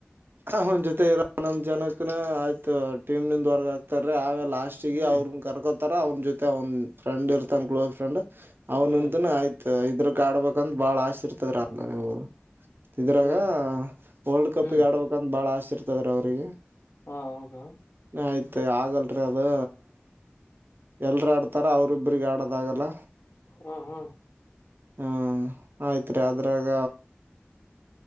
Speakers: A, on the right; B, on the left.
A: ಅವ್ನ ಜೊತೆ ಇರೋ ಹನ್ನೊಂದ್ ಜನಕ್ಕುನು ಆಯ್ತು ಟೀಮ್ ನಿಂದ ಹೊರ್ಗ ಆಕ್ತಾರೀ ಆಗ ಲಾಸ್ಟ <unintelligible>
B: ಹ್ಮ್
A: ಕರ್ಕೋತಾರ ಅವನ ಜೊತೆ ಅವನ್ ಫ್ರೆಂಡ ಇರ್ತಾನ್ ಕ್ಲೋಸ್ ಫ್ರೆಂಡ್. ಅವ್ನುಂತನ
B: ಹ್ಮ್
A: ಆಯ್ತು ಇದ್ರಕ್ ಆಡ್ಬೇಕಂತ ಬಾಳ್ ಆಸೆ ಇರ್ತದ <unintelligible> ಇದ್ರಾಗ
B: ಹ್ಮ್
A: ವರ್ಲ್ಡ್ ಕಪ್
B: ಹ್ಮ್
A: ಗೆ ಆಡ್ಬೇಕು ಬಾಳ ಅಸೆ ಇರ್ತದ್ರಿ ಅವ್ರಿಗೆ
B: ಹಾ ಹೌದಾ
A: ಆಯ್ತು ಆಗಲ್ರಿ ಅದು ಎಲ್ರು ಆಡ್ತಾರ ಅವ್ರ ಇಬ್ಬ್ರಿಗೆ ಆಡೋದಾಗಲ್ಲ?
B: ಹ ಹಾ
A: ಹ್ಮ ಆಯ್ತ್ರಿ ಅದ್ರಾಗ